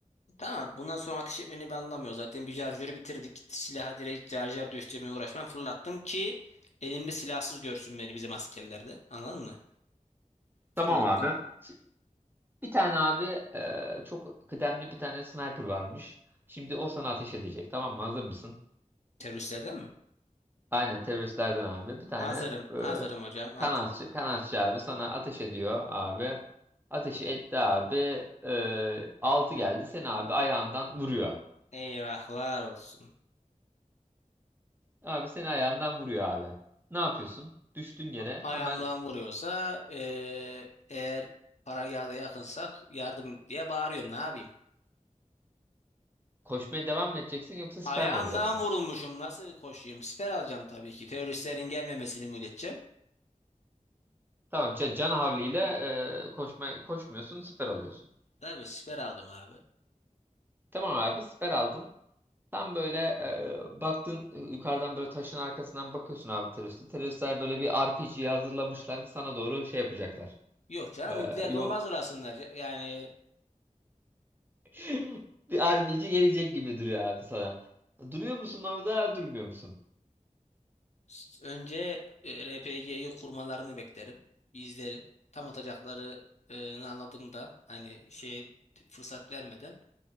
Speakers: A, on the left; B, on the right.
A: Tamam bundan sonra ateş etmeni ben anlamıyorum. Zaten bir şarjörü bitirdik. Silaha direkt şarjör değiştirmeye uğraşmam. Fırlattım ki elimde silahsız görsün beni bizim askerler de. Anladın mı? Fırlattım.
B: Tamam abi. Şimdi bir tane abi e, çok kıdemli bir tane sniper varmış. Şimdi o sana ateş edecek. Tamam mı? Hazır mısın?
A: Teröristlerden mi?
B: Aynen teröristlerden abi. Bir tane
A: Hazırım.
B: e,
A: Hazırım hocam. At.
B: kanatçı, kanatçı abi sana ateş ediyor abi. Ateşi etti abi. E, altı geldi. Seni abi ayağından vuruyor.
A: Eyvahlar olsun.
B: Abi seni ayağından vuruyor abi. Ne yapıyorsun? Düştün yere
A: Ayağımdan
B: hemen
A: vuruyorsa eee, eğer paragahda yakınsak yardım diye bağırıyorum. Ne yapayım?
B: koşmaya devam mı edeceksin yoksa siper
A: Ayağından
B: mi alacaksın?
A: vurulmuşum. Nasıl koşayım? Siper alacağım tabii ki. Teröristlerin gelmemesini müddetçe.
B: Tamam ca- can havliyle e, koşma, koşmuyorsun siper alıyorsun.
A: Tabii siper aldım abi.
B: Tamam abi siper aldın. Tam böyle e, baktın e, yukarıdan böyle taşın arkasından bakıyorsun abi teröriste. Teröristler böyle bir RPG hazırlamışlar sana doğru şey yapacaklar.
A: Yok canım
B: E,
A: nükleer
B: yok
A: bomba hazırlasınlar. Ya- Yani
B: <laughs> bir RPG gelecek gibi duruyor abi sana. Duruyor musun orada durmuyor musun?
A: s- önce RPG'yi kurmalarını beklerim. Bir izlerim. Tam atacaklarını anladığımda hani şey fırsat vermeden